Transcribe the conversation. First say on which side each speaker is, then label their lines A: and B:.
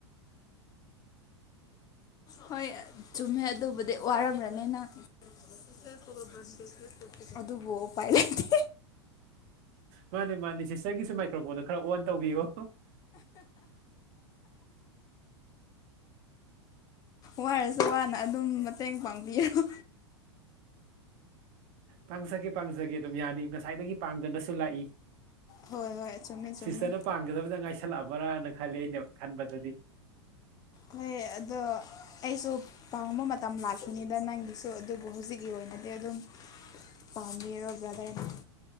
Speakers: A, on the left (about 25°); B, on the right (about 45°).
A: ꯍꯣꯏ ꯆꯨꯝꯃꯦ ꯑꯗꯨꯕꯨꯗꯤ ꯋꯥꯔꯝꯔꯅꯤ ꯅꯪ <unintelligible> ꯑꯗꯨꯕꯨ ꯎꯄꯥꯏ ꯂꯩꯇꯦ
B: ꯃꯥꯅꯤ ꯃꯥꯅꯤ ꯁꯤꯁꯇꯔꯒꯤꯁꯨ ꯃꯥꯏꯀ꯭ꯔꯣꯐꯣꯟꯗꯣ ꯈꯔ ꯑꯣꯟ ꯇꯧꯕꯤꯌꯣ
A: ꯋꯥꯔꯁꯨ ꯋꯥꯅ ꯑꯗꯨꯝ ꯃꯇꯦꯡ ꯄꯥꯡꯕꯤꯌꯔꯣ
B: ꯄꯥꯡꯖꯒꯦ ꯄꯥꯡꯖꯒꯦ ꯑꯗꯨꯝ ꯌꯥꯅꯤ ꯉꯁꯥꯏꯗꯒꯤ ꯄꯥꯡꯗꯅꯁꯨ ꯂꯥꯛꯏ
A: ꯍꯣꯏ ꯍꯣꯏ ꯆꯨꯝꯃꯦ ꯆꯨꯝꯃꯦ
B: ꯁꯤꯁꯇꯔꯅ ꯄꯥꯝꯒꯗꯕꯗ ꯉꯥꯏꯁꯜꯂꯛꯑꯕ꯭ꯔꯥꯅ ꯈꯜꯂꯦ ꯑꯅ ꯈꯟꯕꯗꯗꯤ
A: ꯍꯣꯏ ꯑꯗꯣ ꯑꯩꯁꯨ ꯄꯥꯡꯕ ꯃꯇꯝ ꯂꯥꯛꯈꯤꯅꯤꯗ ꯅꯪꯒꯤꯁꯨ ꯑꯗꯨꯕꯨ ꯍꯧꯖꯤꯛꯀꯤ ꯑꯣꯏꯅꯗꯤ ꯑꯗꯨꯝ ꯄꯥꯝꯃꯤꯔꯣ ꯕ꯭ꯔꯥꯗꯔꯅ